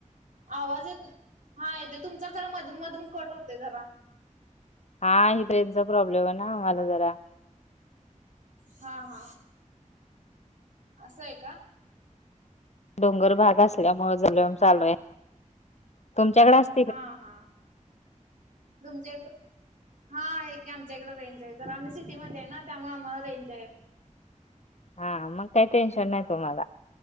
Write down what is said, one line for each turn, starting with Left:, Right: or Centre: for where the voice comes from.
Right: आवाज येत हा, तुमचा जरा मधून मधून कट होते जरा.
Left: हा, इथं रेंजचा प्रॉब्लेम आहेना, आम्हाला जरा.
Right: हा हा. असं आहे का?
Left: डोंगर भाग असल्यामुळे, जर चालू आहे. तुमच्याकडे अस
Right: हा.. हा.. तुमच्या इकडं. हा आहे की आमच्याकडे रेंज आहे. जर आम्ही सिटीमध्ये आहे ना, त्यामुळे आम्हाला रेंज आहे.
Left: हा, मग काय टेन्शन नाही तुम्हाला.